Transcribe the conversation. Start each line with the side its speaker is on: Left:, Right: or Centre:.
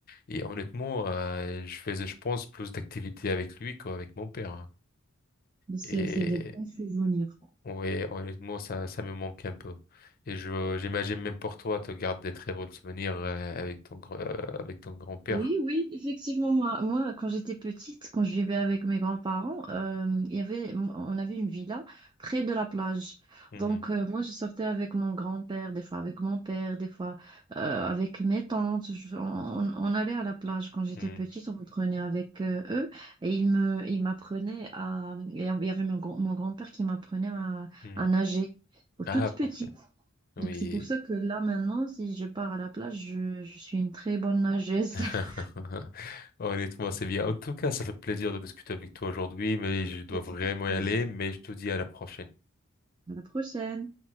Left: Et honnêtement, euh, je faisais, je pense, plus d'activités avec lui qu'avec mon père. hein.
Right: Donc, C'est
Left: Et
Right: c'est des bons souvenirs.
Left: ouais, honnêtement, ça, ça me manque un peu. Et je, j'imagine même pour toi, tu gardes des très bons souvenirs euh, avec ton, gr- euh, avec ton grand-père.
Right: Oui, oui, effectivement, moi, moi, quand j'étais petite, quand je vivais avec mes grands-parents, euh, il y avait, on avait une villa près de la plage.
Left: Mhm,
Right: Donc, euh, moi, je sortais avec mon grand-père, des fois avec mon père, des fois euh, avec mes tantes. Je- on, on allait à la plage quand j'étais
Left: mhm,
Right: petite, on me prenait avec euh, eux et ils me, ils m'apprenaient à, et il y avait mon, grand- mon grand-père qui m'apprenait à,
Left: mhm.
Right: à nager.
Left: Ah,
Right: Toute
Left: parfait.
Right: petite.
Left: Oui.
Right: Donc c'est pour ça que là maintenant, si je pars à la plage, je, je suis une très bonne nageuse.
Left: <laughs>
Right: <laughs>
Left: Honnêtement, c'est bien. En tout cas, ça fait plaisir de discuter avec toi aujourd'hui, mais je dois
Right: plaisir
Left: vraiment
Right: partagé.
Left: y aller, mais je te dis à la prochaine.
Right: À la prochaine.